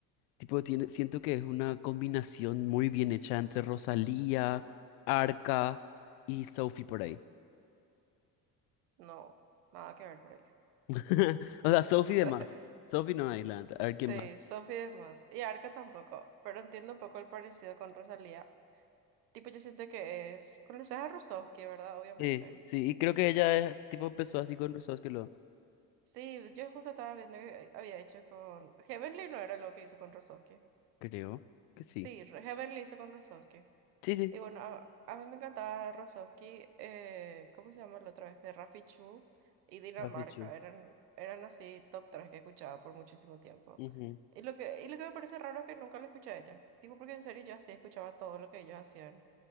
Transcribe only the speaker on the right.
No, nada que ver por ahí. <laughs>
O sea,
sí,
Sophie es más. Y Arca tampoco. Pero entiendo un poco el parecido con Rosalía. Tipo yo siento que es... Conoces a Rusovsky, ¿verdad? Obviamente.
Sí, yo justo estaba viendo que eh, había hecho con... Heavenly no era lo que hizo con Rozovsky.
Sí, Re- Heavenly hizo con Rozovsky.
Y bueno, a, a mí me encantaba Rozovsky, eh, ¿cómo se llama el otro? Este, Rafi Chu y Dinamarca.
Eran, eran así top tres que escuchaba por muchísimo tiempo.
Y lo que, y lo que me parece raro es que nunca la escuché a ella. Tipo, porque en serio yo así escuchaba todo lo que ellos hacían.